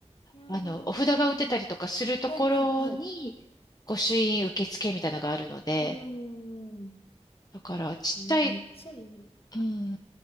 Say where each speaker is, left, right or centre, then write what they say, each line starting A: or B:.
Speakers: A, on the left; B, on the left.
A: うーん。
B: あの、お札が売ってたりとかするところに、
A: はい、はい、はい。
B: 御朱印受付みたいなのがあるので、
A: うーん。
B: だからちっちゃい、
A: えー、めっちゃいい。
B: うん、